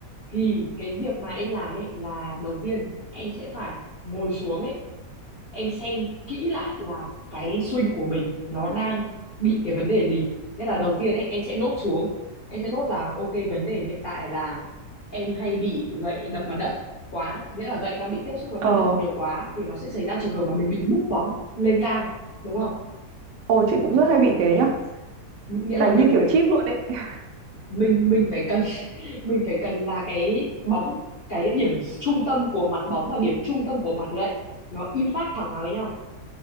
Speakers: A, on the left (about 50°); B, on the right (about 85°).
A: Thì cái việc mà em làm ấy là đầu tiên em sẽ phải ngồi xuống ấy em xem kỹ lại là cái swing của mình nó đang bị cái vấn đề gì nghĩa là đầu tiên ấy em sẽ nốt xuống em sẽ nốt là ok vấn đề hiện tại là em hay bị gậy đập mặt đất quá nghĩa là gậy đang bị tiếp xúc với
B: Ờ
A: mặt đất nhiều quá thì nó sẽ xảy ra trường hợp là mình bị múc bóng lên cao đúng không
B: ồ chị cũng rất hay bị thế nhá.
A: M- nghĩa
B: Đánh
A: là mình
B: như kiểu
A: phải
B: chip luôn ấy. <laughs>
A: mình mình phải cần <laughs> mình phải cần là cái bóng cái điểm trung tâm của mặt bóng và điểm trung tâm của mặt gậy nó impact thẳng vào với nhau